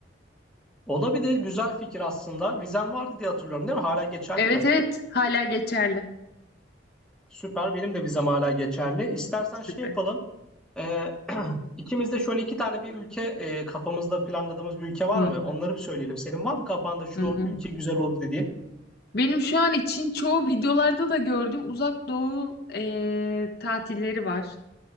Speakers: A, in the centre; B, on the left.
A: Olabilir. Güzel fikir aslında. Vizem vardı diye hatırlıyorum değil mi? Hala geçerli
B: Evet
A: mi?
B: evet hala geçerli.
A: Süper. Benim de vizem hala geçerli. İstersen
B: Süper.
A: şey yapalım. Ee, <clears throat> ikimiz de şöyle iki tane bir ülke e, kafamızda planladığımız bir ülke var
B: Hı
A: mı?
B: hı,
A: Onları bir söyleyelim. Senin var mı kafanda şu
B: hı hı.
A: ülke güzel olur dediğin?
B: Benim şu an için çoğu videolarda da gördüm Uzak Doğu eee, tatilleri var.